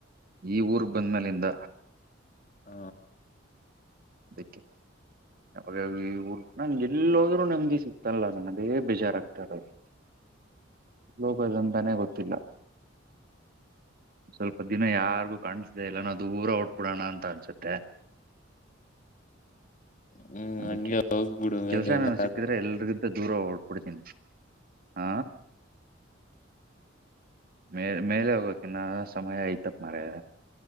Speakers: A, on the right; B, on the left.
A: ಈ ಊರ್ಗ್ ಬಂದ್ಮಲಿಂದ.
B: ಹ
A: ಅದಕ್ಕೆ <unintelligible> ಬಟ್ನಲ್ ಎಲ್ಲೋದ್ರು ನೆಮ್ದಿ ಸಿಗ್ತಇಲ್ಲ ನಂಗ್ ಅದೇ ಬೇಜಾರ್ ಅಗ್ತಾಇರದು. <inaudible> ಲೋಗದಂತಾನೇ ಗೊತ್ತಿಲ್ಲ. ಸ್ವಲ್ಪ ದಿನ ಯಾರ್ಗು ಕಾಣಸ್ದೇ ಇಲ್ಲನಾ ದೂರ ಉಟ್ಬಿಡೋಣ ಅಂತ ಅನ್ಸುತ್ತೆ.
B: ಹ್ಮ್
A: ಅದಿಕ್ಕೆ
B: ಹಂಗೆ ಹೋಗ್ಬಿಡು ಮೇಲೆ
A: ಕೆಲ್ಸ ಎನಾನ
B: ಎಲ್ಲಾದ್ರೂ
A: ಸಿಕ್ಕುದ್ರೆ ಎಲ್ರಿಗಿಂತ ದೂರ ಹೊಟ್ಬಿಡ್ತಿನಿ ಹಾ. ಮೇ ಮೇಲೆ ಹೋಗಕ್ ಇನ್ನ ಸಮಯ ಐತಪ್ ಮಾರಯ.